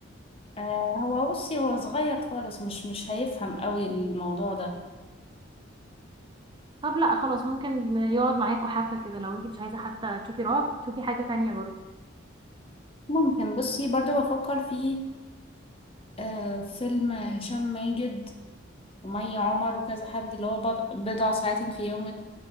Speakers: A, on the left (about 30°); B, on the right (about 25°).
A: آه هو بصي هو صغير خالص مش مش هيفهم قوي الموضوع ده
B: طب لأ خلاص ممكن يقعد معاكوا حتى كده لو انتي مش عايزة حتى تشوفي رعب تشوفي حاجة تانية برضو
A: ممكن بصي برضو بفكر في آه فيلم هشام ماجد ومي عمر وكذا حد اللي هو بض- بضع ساعات في يوم